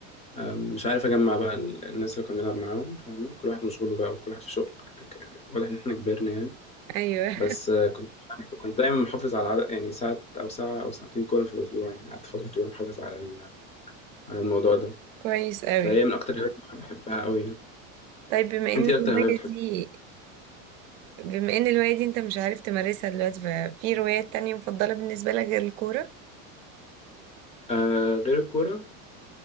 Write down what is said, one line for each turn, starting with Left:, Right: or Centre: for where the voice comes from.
Left: أه مش عارف أجمع بقى ال- الناس اللي كنا بنلعب معاهم فاهمة كل واحد مشغول بقى وكل واحد في شغل ك- واضح إن إحنا كبرنا يعني
Right: ايوه
Left: بس آه، كنت كنت دايما محافظ على عدد يعني ساعة أو ساعة أو ساعتين كورة في الأسبوع يعني قعدت فترة طويلة محافظ على ال- على الموضوع ده
Right: كويس قوي
Left: فهي من أكتر الهوايات اللي بحبها قوي يعني
Right: طيب بما ان
Left: أنت
Right: الهواية
Left: إيه أكتر هواية بتحبها؟
Right: دي بما ان الهواية دي انت مش عارف تمارسها دلوقتي ففي روايات تانية مفضلة بالنسبة لك غير الكورة
Left: أه غير الكورة